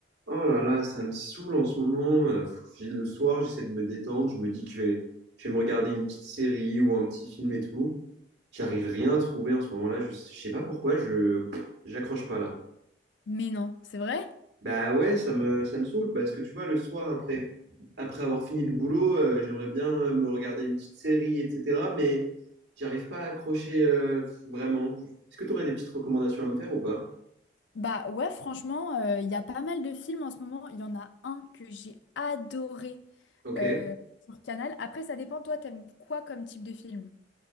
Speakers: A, on the right; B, on the left.
A: Oh là là, ça me saoule en ce moment. Euh, j'ai- Le soir, j'essaie de me détendre. Je me dis que je vais, je vais me regarder une petite série ou un petit film et tout. J'arrive rien à trouver en ce moment-là. Je, je sais pas pourquoi, je j'accroche pas là.
B: Mais non, c'est vrai?
A: Bah ouais, ça me, ça me saoule parce que tu vois, le soir, après, après avoir fini le boulot, euh, j'aimerais bien euh, me regarder une petite série, etc. Mais j'arrive pas à accrocher euh, vraiment. Est-ce que tu aurais des petites recommandations à me faire ou pas?
B: Bah ouais, franchement, euh, il y a pas mal de films en ce moment. Il y en a un que j'ai adoré
A: Ok.
B: euh, sur Canal. Après, ça dépend, toi, t'aimes quoi comme type de film?